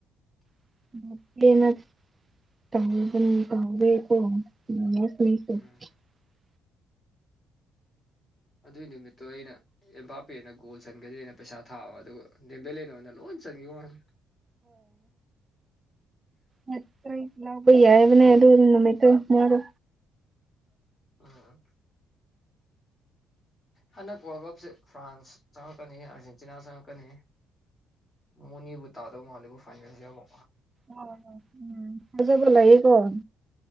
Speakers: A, on the right; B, on the left.
A: ꯇ ꯇꯥꯎꯦ ꯑꯣ ꯎꯝ ꯃꯤꯁꯦ
B: ꯎꯝ ꯑꯗꯨꯏ ꯅꯨꯃꯤꯠꯇꯣ ꯑꯩꯅ ꯏꯝꯄꯥꯄꯦꯅ ꯒꯣꯜ ꯆꯟꯒꯅꯤꯅ ꯄꯩꯁꯥ ꯊꯥꯕ ꯑꯗꯨꯒ ꯦꯝꯕꯂꯅ ꯑꯣꯏꯅ ꯂꯣꯏ ꯆꯒꯤ ꯋꯥꯟ
A: ꯍꯠꯇ ꯏ ꯂꯩ ꯌꯥꯏꯕꯅꯦ ꯑꯗꯨ ꯅꯥꯏꯇ ꯃꯥꯣ
B: ꯑꯝ ꯍꯟꯗꯛ ꯋꯥꯔꯜ ꯀꯞꯁꯦ ꯐ꯭ꯔꯥꯟꯁ ꯆꯪꯉꯛꯀꯅꯤ ꯑꯥꯔꯖꯦꯟꯇꯤꯅꯥ ꯆꯪꯉꯛꯀꯅꯤ ꯃꯅꯤꯕꯨ ꯇꯗꯣ ꯃꯦꯕꯨ ꯐꯥꯏꯁꯤꯕꯣ
A: ꯑ ꯎꯝ ꯃꯖꯥꯕꯂꯌꯦꯦ ꯀꯣꯟ